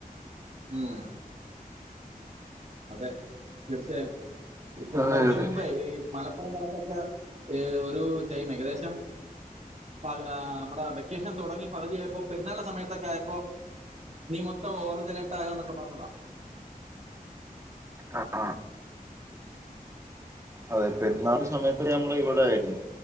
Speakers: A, on the right; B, on the right.
A: ഉം അതെ തീർച്ചയായും ഇപ്പൊ
B: അതെ
A: കൊറച്ച
B: അതെ
A: മുമ്പേ ഈ <unintelligible> <unintelligible> ഏ ഒരു ടൈം ഏകദേശം പ ഏ മ്മടെ വെക്കേഷൻ തുടങ്ങി പകുതിയായപൊ പെരുന്നാൾന്റെ സമയത്തൊക്കെ ആയപ്പോ <unintelligible> മൊത്തം ഓഞ്ച് അലർട്ട് ആയോന്നൊക്കെ പറഞതാ
B: അ ആ അതെ പെരുന്നാള് സമയത്ത് ഞമ്മൾ ഇവിടെയിരുന്നു